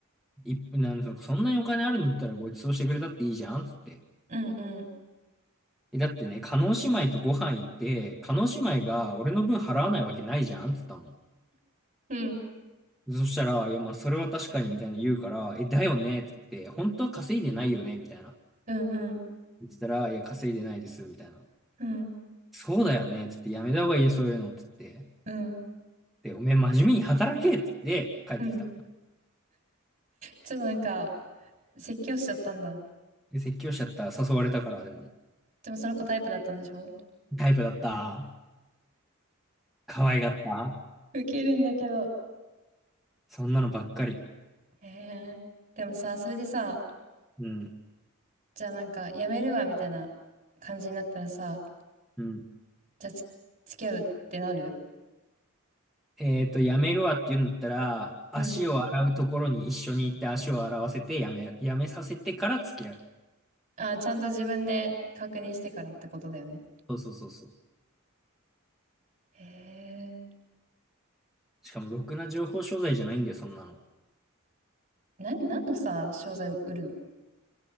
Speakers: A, in the centre; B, on the right.
A: い、なんか、そんなにお金あるんだったらご馳走してくれたっていいじゃん、つって。
B: うん、うん、
A: え、だってね、叶姉妹とご飯行って、叶姉妹が俺の分払わないわけないじゃん、つったの。
B: うん、
A: そしたら、いや、まあ、それは確かに、みたいな言うから、え、だよねって言って、本当は稼いでないよねみたいな。
B: うん、うん、
A: 言ってたら、いや、稼いでないです、みたいな。
B: うん、
A: そうだよねって言って、やめた方がいいよ、そういうのって言って。
B: うん、
A: で、おめえ真面目に働けって言って、帰ってきた。
B: うん。ちょっとなんか、説教しちゃったんだ。
A: で、説教しちゃったら誘われたから、でも、
B: でもその子タイプだったんでしょ
A: タイプだった。可愛がった。
B: ウケるんだけど。
A: そんなのばっかり。
B: へえ。でもさ、それでさ、
A: うん。
B: じゃあなんか、やめるわ、みたいな感じになったらさ、
A: うん。
B: じゃあつ、付き合うってなる
A: えっと、やめるわって言うんだったら、足を洗うところに一緒に行って足を洗わせて、
B: うん。
A: やめ、やめさせてから付き合う。
B: あー、ちゃんと自分で確認してからってことだよね。
A: そうそうそうそう。
B: へえ。
A: しかも、ろくな情報商材じゃないんだよ、そんなの。
B: な、何のさ、商材を売るの